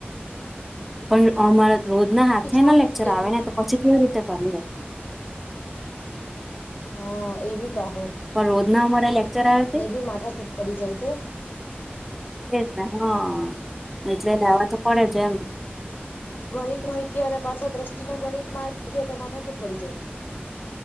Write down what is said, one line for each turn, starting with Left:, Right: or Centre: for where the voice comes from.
Centre: પણ અમારા તો રોજ ના હાથે
Left: એકથી છ
Centre: ના
Left: બુક
Centre: લેકચર
Left: કેની
Centre: આવે ને, તો પછી કેવી રીતે કરીએે?
Left: હ એવી પાહો.
Centre: પણ રોજના અમારા લેક્ચર આવે તે.
Left: એ બી માથાકૂટ પડી જાય કે
Centre: એજ ને હા. એટલે લેવા તો પડે છે એમ.
Left: ગણિત ય ત્યારે પાછા દ્રષ્ટિને ગણિત માં આવી ગયો તો માઠાકુટ પડી જાય.